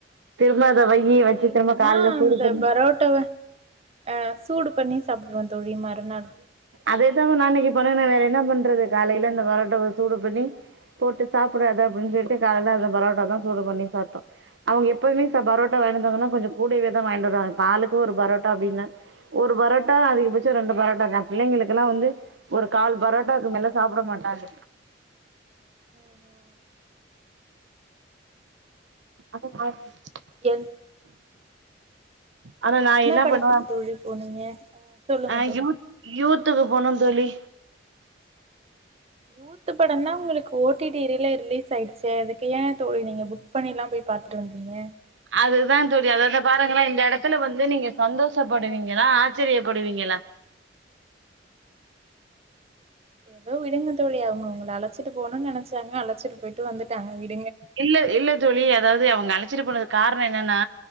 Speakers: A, on the right; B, on the right.
A: திரும்ப அத வையி
B: நானா
A: வச்சு
B: இருந்தன்னா
A: திரும்ப காலைல
B: அந்த
A: சூடு பண்ணி
B: பரோட்டாவ ஆ சூடு பண்ணி <unintelligible> தோழி மறுநாள்
A: அதேதா நா அன்னைக்கி பண்ணுன வேற என்ன பண்றது காலைல அந்த பரோட்டாவ சூடு பண்ணி போட்டு சாப்புடு அத அப்டின்னு சொல்ட்டு காலைல அந்த பரோட்டாதா சூடு பண்ணி சாப்ட்டோம் அவங்க எப் எப்பவுமே ச பரோட்டா வாங்கினு வந்தாங்கன்னா கொஞ்சோ <unintelligible> வாங்கிட்டு வருவாங்க ஆளுக்கு ஒரு பரோட்டா அப்டின்னே ஒரு பரோட் ப்பவு அதிகபட்ச ரெண்டு பரோட்டாக்கா பிள்ளைங்களுக்கெல்லா வந்து ஒரு கால் பரோட்டாக்கு மேல சாப்ட மாட்டாங்க
B: ம் ஹும்
A: <inaudible>
B: என்
A: ஆனா நா என்ன
B: படத்துக்கு
A: பண்ணுவோ
B: தோழி போனீங்க அ சொல்லுங்க
A: ஆ
B: தோழி
A: யூத் யூத்துக்கு போணும்ன்னு சொல்லி
B: யூத் படந்தான் உங்களுக்கு ஓ டி டி ரிலே ரிலீஸ் ஆயிடுச்சே அதுக்கு ஏன் தோழி நீங்க புக் பண்ணிலாம் போய் பாத்துட்டு வந்தீங்க
A: அதுதான் தோழி அதது பாருங்களே இந்த இடத்துல வந்து நீங்க சந்தோஷப்படுவீங்களா ஆச்சரியப்படுவீங்களா
B: ஏதோ விடுங்க தோழி அவங்க உங்கள அழசிட்டு போணுன்னு நினச்சாங்க அழசிட்டு போயிட்டு வந்துட்டாங்க விடு
A: இல்ல இல்ல ஜோலி அதாவது அவங்க அழசிட்டு போனது காரணே என்னன்னா